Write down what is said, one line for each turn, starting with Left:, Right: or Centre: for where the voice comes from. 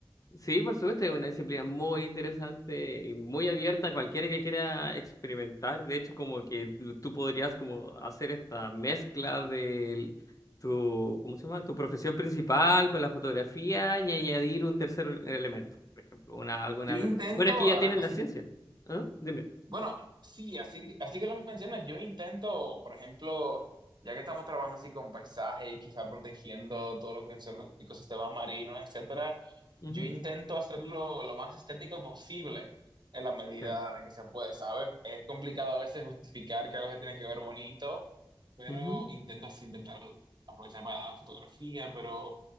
Left: sí, por supuesto, es una disciplina muy interesante y muy abierta a cualquiera que quiera experimentar. De hecho, como que l- tú podrías como hacer esta mezcla de tu, ¿cómo se llama? Tu profesión principal con la fotografía y añadir un tercer elemento, por ejemplo, una, alguna...
Right: Yo intento,
Left: Bueno, es
Right: ahora,
Left: que ya tienes
Right: así
Left: la ciencia. ¿Ah? Dime.
Right: Bueno, sí, así, así que lo mencionas, yo intento, por ejemplo, ya que estamos trabajando así con paisaje y quizá protegiendo todo lo que son los ecosistemas marinos, etcétera,
Left: Ujú,
Right: yo intento hacerlo lo más estético posible en la medida
Left: ya,
Right: de que se puede, ¿sabes? Es complicado a veces justificar que algo se tiene que ver bonito, pero
Left: ujú,
Right: intento así, intentar aprovechar para la fotografía, pero